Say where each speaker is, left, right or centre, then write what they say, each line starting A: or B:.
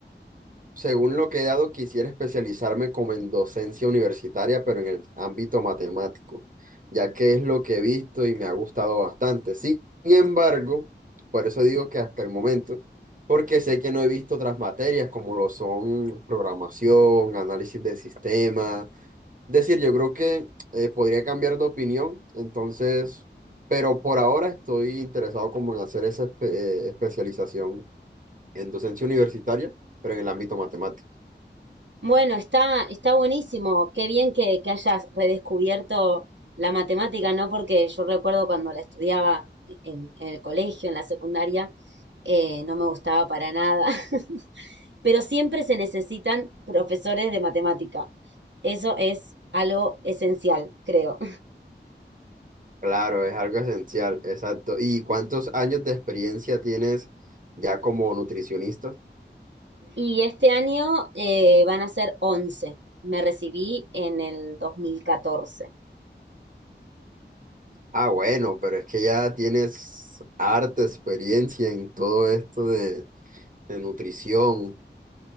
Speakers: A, on the right; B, on the right.
A: según lo que he dado, quisiera especializarme como en docencia universitaria, pero en el ámbito matemático, ya que es lo que he visto y me ha gustado bastante. Sin embargo, por eso digo que hasta el momento, porque sé que no he visto otras materias como lo son programación, análisis de sistemas. Es decir, yo creo que eh, podría cambiar de opinión, entonces, pero por ahora estoy interesado como en hacer esa espe- eh, especialización en docencia universitaria, pero en el ámbito matemático.
B: Bueno, está, está buenísimo. Qué bien que, que hayas redescubierto la matemática, ¿no? Porque yo recuerdo cuando la estudiaba en, en el colegio, en la secundaria, eh, no me gustaba para nada. <laughs> Pero siempre se necesitan profesores de matemática. Eso es algo esencial, creo.
A: Claro, es algo esencial, exacto. ¿Y cuántos años de experiencia tienes ya como nutricionista?
B: Y este año eh, van a ser 11. Me recibí en el 2014.
A: Ah, bueno, pero es que ya tienes harta experiencia en todo esto de, de nutrición.